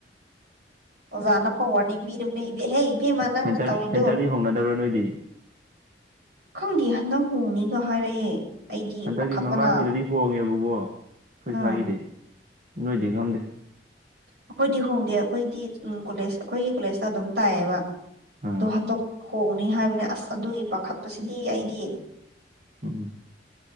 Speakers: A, on the right; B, on the right.
A: ꯑꯣꯖꯥꯅꯐꯥꯎ ꯋꯥꯔꯅꯤꯡ ꯄꯤꯔꯕꯅꯦ ꯑꯩ ꯍꯦ ꯏꯕꯦꯝꯃ ꯅꯪꯅ
B: ꯁꯦꯟꯇꯔ
A: ꯇꯧꯔꯤꯗꯨ
B: ꯁꯦꯟꯇꯔꯗꯤ ꯍꯣꯡꯅꯗꯕ꯭ꯔꯥ ꯅꯣꯏꯗꯤ
A: ꯈꯪꯗꯦ ꯍꯟꯗꯛ ꯍꯣꯡꯅꯤꯒ ꯍꯥꯏꯔꯛꯑꯦ ꯑꯩꯗꯤ
B: ꯍꯟꯗꯛꯀꯤ
A: ꯄꯥꯈꯠꯄꯅ
B: ꯃꯃꯥꯡꯒꯤꯗꯗꯤ ꯍꯣꯡꯉꯦꯕ ꯑꯣ ꯈꯣꯏ
A: ꯑꯥ
B: ꯁ꯭ꯋꯥꯏꯒꯤꯗꯤ ꯅꯣꯏꯗꯤ ꯈꯪꯗꯦ
A: ꯑꯩꯈꯣꯏꯗꯤ ꯍꯣꯡꯗꯦ ꯑꯩꯈꯣꯏꯒꯤ ꯎꯝ ꯀꯣꯂꯦꯖ ꯑꯩꯈꯣꯏꯒꯤ ꯀꯣꯂꯦꯖꯇ ꯑꯗꯨꯝ ꯇꯥꯏꯌꯦꯕ
B: ꯑꯥ
A: ꯑꯗꯨ ꯍꯟꯗꯛ ꯍꯣꯡꯅꯤ ꯍꯥꯏꯕꯅꯦ ꯑꯁ ꯑꯗꯨꯒꯤ ꯄꯥꯈꯠꯄꯁꯤꯗꯤ ꯑꯩꯗꯤ
B: ꯎꯝ